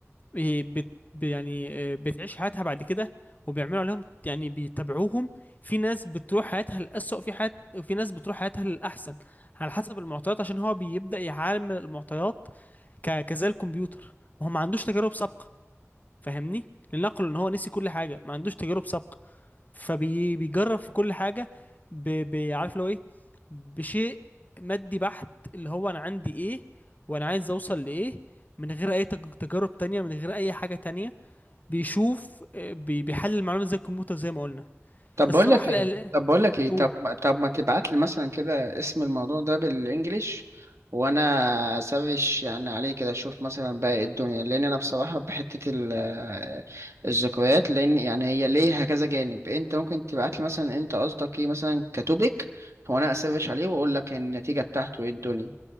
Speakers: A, on the left; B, on the right.
A: إيه، بت... ب- يعني إيه، بتعيش حياتها بعد كده وبيعملوا عليهم يعني بيتابعوهم في ناس بتروح حياتها للأسوأ في حيات وفي ناس بتروح حياتها للأحسن على حسب المعطيات عشان هو بيبدأ يعامل المعطيات ك... كزي الكمبيوتر ما هو ما عندوش تجارب سابقة فاهمني لنقل ان هو نسي كل حاجة ما عندوش تجارب سابقة فبيجرب في كل حاجة ب... ب... عارف لو ايه بشيء مادي بحت اللي هو انا عندي ايه وانا عايز اوصل لايه من غير اي تج- تجارب تانية من غير اي حاجة تانية بيشوف آه، بي... بيحلل المعلومة زي الكمبيوتر زي ما قلنا
B: طب
A: الصراحة
B: بقول لك ايه
A: ال-
B: طب بقول لك ايه
A: قول
B: طب ما- طب ما تبعت لي مثلا كده اسم الموضوع ده بالانجليش وانا سافش يعني عليه كده اشوف مثلا بقى ايه الدنيا لان انا بصراحه بحته ال- الذكريات لان يعني هي ليها كذا جانب انت ممكن تبعت لي مثلا انت قصدك ايه مثلا كتوبيك وانا اسافش عليه واقول لك النتيجه بتاعته ايه الدنيا